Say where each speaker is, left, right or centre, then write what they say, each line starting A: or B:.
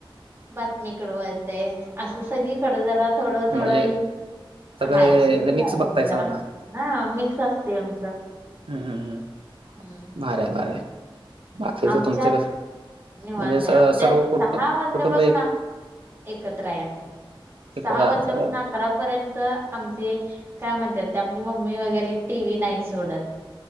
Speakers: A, on the right; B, on the right.
A: बातमीकडं वळतंय. असं सगळीकडं जरा थोडं
B: म्हणजे
A: -थोडं ही
B: सगळं
A: हाय शेती
B: मिक्स
A: हाय
B: बघतायचा
A: अस जरा,
B: म्हणा
A: हा मिक्स असतंय आमचं.
B: हं. हं.. हं.
A: हम्म
B: मारे- वारे बाकीचं
A: आमच्यात
B: तुमचं कसं
A: निवांत
B: म्हणजे
A: आहे आमच्यात
B: सर्व कुट
A: सहा
B: कुटुंब
A: वाजल्यापासून
B: एक,
A: आ- एकत्र आहे आम्ही
B: एकच
A: सहा
B: आहे
A: वाजल्यापासून
B: सगळं
A: आ आकरापर्यंत आमचे काय म्हणतात ते आमची मम्मी वगैरे टी व्ही नाही सोडत.